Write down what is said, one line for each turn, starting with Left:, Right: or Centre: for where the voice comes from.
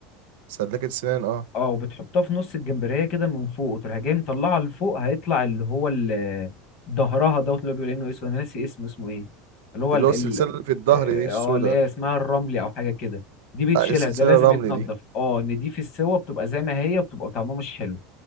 Right: سلكت سنان اه
Left: اه وبتحطها في نص الجمبريه كده من فوق وتروح جاي مطلعها لفوق هيطلع اللي هو ال- ظهرها دوت اللي هو بيقول انه اسود انا ناسي اسمه اسمه ايه اللي هو
Right: اللي
Left: ال
Right: هو
Left: ال-
Right: السلسله اللي في الظهر
Left: اه
Right: دي السوداء
Left: آه، اللي هي اسمها الرملي او حاجه كده دي بتشيلها
Right: آه، السلسله
Left: ده لازم
Right: الرملي
Left: يتنضف
Right: دي
Left: اه ان دي في السوا بتبقى زي ما هي بتبقى طعمها مش حلو